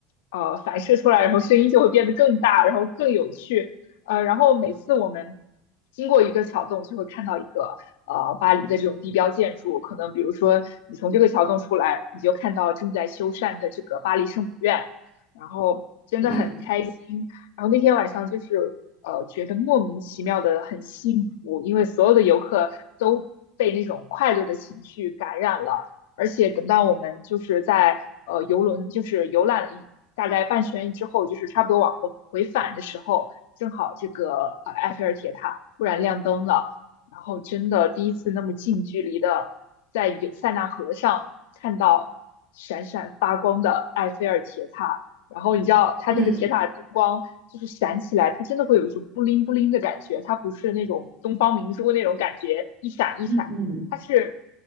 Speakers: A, on the left; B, on the right.
A: 呃反射出来，然后声音就会变得更大，然后更有趣。呃，然后每次我们经过一个桥洞，就会看到一个呃巴黎的这种地标建筑，可能比如说你从这个桥洞出来，你就看到正在修缮的这个巴黎圣母院，然后真的很开心。
B: 嗯
A: 然后那天晚上就是呃觉得莫名其妙的很幸福，因为所有的游客都被那种快乐的情绪感染了。而且等到我们就是在呃游轮就是游览了一大概半圈之后，就是差不多往回回返的时候，正好这个呃埃菲尔铁塔突然亮灯了，然后真的第一次那么近距离的在有塞纳河上看到闪闪发光的埃菲尔铁塔，然后你知道它那个铁塔灯光。
B: 嗯嗯。嗯
A: 就是闪起来，它真的会有一种布灵布灵的感觉，它不是那种东方明珠那种感觉，一闪一闪，
B: 嗯嗯
A: 它是